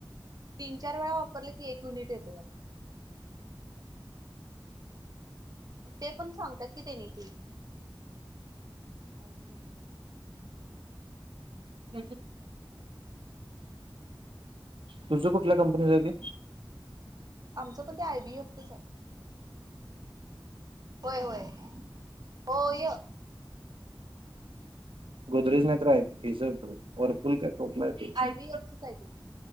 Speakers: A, on the right (about 45°); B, on the right (about 80°).
A: तीन चार वेळा वापरल की एक युनिट येतय वाढत पन ते पण सांगतात कि तेनी ती आय वि एफ वाली
B: <inaudible> तुझ कुठल्या कंपनीच हाय ते
A: आमचं पण ते आय बी एफ च हाय होय होय होय
B: गोदरेज नाही तर हेज होत बघ वरफुल काय कुठल हाय
A: आयबीएफचच
B: ते
A: आहे ते